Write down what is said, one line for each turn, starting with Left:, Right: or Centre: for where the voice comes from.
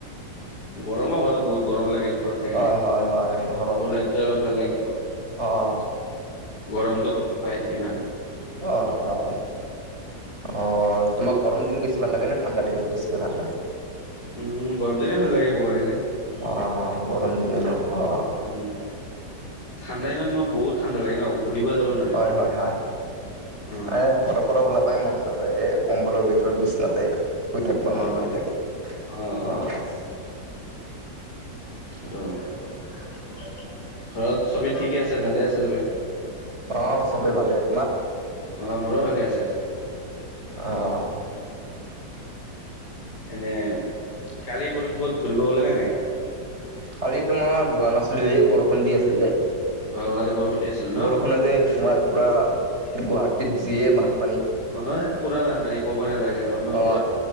Left: গৰম অ' ঘৰত, বহুত গৰম লাগে ঘৰত। থাকিলে,
Right: হয় হয় হয় ঘৰত
Left: ওলাই পেলাই অলপ ভাল লাগে আৰু।
Right: অ',
Left: গৰমটো কম। নাপায় সিমান।
Right: অ', অ', অহ। অ', তোমাক গৰম দিন বেছি ভাল লাগে নে ঠাণ্ডা দিনটো বেছিকে ভাল লাগে?
Left: উম, গৰম দিনেই ভাল লাগে, ক'বা গেলে।
Right: অ', গৰম দিনেই ন অহ।
Left: উম, ঠাণ্ডা দিনত ন বহুত ঠাণ্ডা লাগে ন। ফুৰিব যাব নোৱাৰি।
Right: হয়
Left: ক'তো।
Right: হয়
Left: অ',
Right: হয়, ঘৰৰ পৰা ওলাব। বই মন নাযায়, এ কম্বলৰ ভিতৰত বিচনাতে। শুই থাকব
Left: অ',
Right: মন কৰি থাকে।
Left: অ', অ',
Right: অহ।
Left: আৰু। ঘৰত চবেই ঠিকেই আছে, ভালে আছে চবে?
Right: অ', চবেই ভালেই। তোমাৰ?
Left: অ', মোৰো ভালেই আছে।
Right: অহ।
Left: এনে কালি পৰশি ক'বাত ঘূৰিব গ'লা নে নাই?
Right: কালি তোমাৰ যোৱা নাছিলো, এই বৰষুণ দি আছিল যে।
Left: অ', কালি বৰষুণ দি আছিল ন'?
Right: বৰষুণতে তোমাৰ পুৰা গুৱাহাটিত যিয়ে বান।
Left: অ', পুৰা বানপানী, ক'বই নালাগে আৰু। মই
Right: অ
Left: পুৰা,